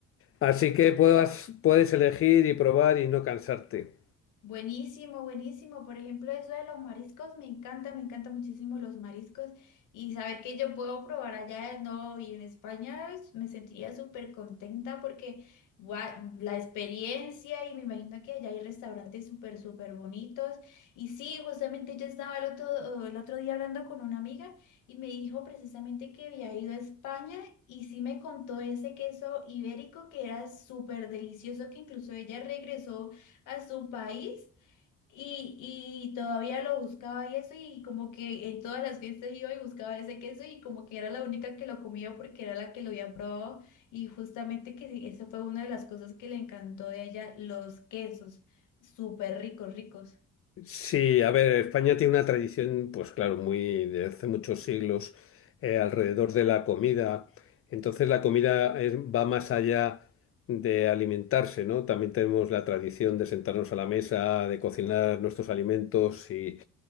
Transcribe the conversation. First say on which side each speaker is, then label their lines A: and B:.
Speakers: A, on the left; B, on the left.
A: Así que puedas, puedes elegir y probar y no cansarte.
B: Buenísimo, buenísimo. Por ejemplo, eso de los mariscos, me encanta, me encanta muchísimo los mariscos y saber que yo puedo probar allá, no, y en España pues, me sentiría súper contenta porque gua- la experiencia y me imagino que allá hay restaurantes súper, súper bonitos. Y sí, justamente yo estaba el otro, el otro día hablando con una amiga y me dijo precisamente que había ido a España y sí me contó ese queso ibérico que era súper delicioso, que incluso ella regresó a su país y, y todavía lo buscaba y eso y como que en todas las fiestas iba y buscaba ese queso y como que era la única que lo comía porque era la que lo había probado y justamente que sí, eso fue una de las cosas que le encantó de allá, los quesos, súper ricos, ricos.
A: Sí, a ver, España tiene una tradición, pues claro, muy de hace muchos siglos eh, alrededor de la comida. Entonces la comida es- va más allá de alimentarse, ¿no? También tenemos la tradición de sentarnos a la mesa, de cocinar nuestros alimentos y,